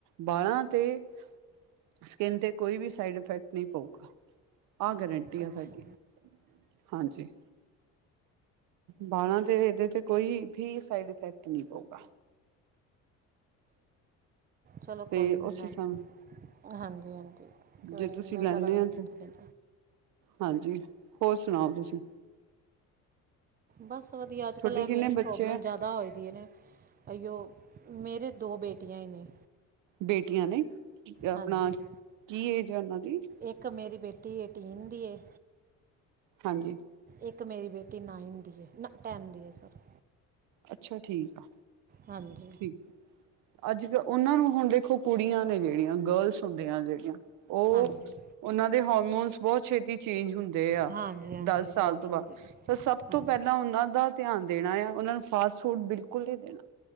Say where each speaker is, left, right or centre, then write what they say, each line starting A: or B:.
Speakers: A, on the right; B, on the right.
A: ਬਾਲਾਂ ਤੇ ਸਕਿਨ ਤੇ ਕੋਈ ਵੀ ਸਾਈਡ ਇਫੈਕਟ ਨਹੀਂ ਪਊਗਾ, ਆਹ ਗਰੰਟੀ
B: ਅੱਛਾ
A: ਆ ਸਾਡੀ, ਹਾਂਜੀ। ਬਾਲਾਂ ਤੇ ਇਹਦੇ ਚ ਕੋਈ ਫੀ ਸਾਈਡ ਇਫੈਕਟ ਨਹੀਂ ਪਊਗਾ।
B: ਚਲੋ
A: ਤੇ
B: ਕੋਈ ਨਹੀਂ
A: ਉਸ
B: ਮੈਂ
A: ਹਿਸਾਬ
B: ਹਾਂਜੀ -ਹਾਂਜੀ ਕੋਈ
A: ਜੇ
B: ਨਹੀਂ
A: ਤੁਸੀਂ
B: ਮੈਂ
A: ਲੈਂਦੇ
B: ਕਰਾਂਗੀ
A: ਆ
B: ਇਕ
A: ਤਾਂ
B: ਦਿਨ।
A: ਹਾਂਜੀ, ਹੋਰ ਸੁਣਾਓ ਤੁਸੀਂ?
B: ਬਸ ਵਧੀਆ, ਅੱਜ
A: ਤੁਹਾਡੇ
B: ਕੱਲ੍ਹ ਇਹ
A: ਕਿੰਨੇ
B: ਮੇਨ
A: ਬੱਚੇ
B: ਪ੍ਰੋਬਲਮ
A: ਆ
B: ਜ਼ਿਆਦਾ ਹੋਏ ਦੀ ਐ ਨੇ। ਅਇਓ ਮੇਰੇ ਦੋ ਬੇਟੀਆਂ ਈ ਨੇ।
A: ਬੇਟੀਆਂ ਨੇ ਆਪਣਾ
B: ਹਾਂਜੀ
A: ਕੀ ਏਜ ਐ ਉਹਨਾਂ ਦੀ?
B: ਇੱਕ ਮੇਰੀ ਬੇਟੀ ਏਟੀਨ ਦੀ ਏ
A: ਹਾਂਜੀ।
B: ਇੱਕ ਮੇਰੀ ਬੇਟੀ ਨਾਈਨ ਦੀ ਏ ਨਾ ਟੈਨ ਦੀ ਐ ਸੋਰੀ।
A: ਅੱਛਾ ਠੀਕ ਆ।
B: ਹਾਂਜੀ।
A: ਠੀਕ ਅੱਜ ਕੱਲ ਉਹਨਾਂ ਨੂੰ ਹੁਣ ਦੇਖੋ, ਕੁੜੀਆਂ ਨੇ ਜਿਹੜੀਆਂ ਗਰਲਸ ਹੁੰਦੀਆਂ ਜਿਹੜੀਆਂ ਉਹ
B: ਹਾਂਜੀ
A: ਉਹਨਾਂ ਦੇ ਹੋਰਮੋਨਸ ਬਹੁਤ ਛੇਤੀ ਚੇਂਜ ਹੁੰਦੇ ਆ
B: ਹਾਂਜੀ ਹਾਂਜੀ
A: ਦਸ
B: ਬਹੁਤ
A: ਸਾਲ ਤੋਂ
B: ਜਲਦੀ
A: ਬਾਅਦ, ਤਾਂ ਸਭ ਤੋਂ
B: ਹਾਂਜੀ
A: ਪਹਿਲਾਂ ਉਹਨਾਂ ਦਾ ਧਿਆਨ ਦੇਣਾ ਆ, ਉਹਨਾਂ ਨੂੰ ਫਾਸਟ ਫੂਡ ਬਿਲਕੁਲ ਨੀ ਦੇਣਾ।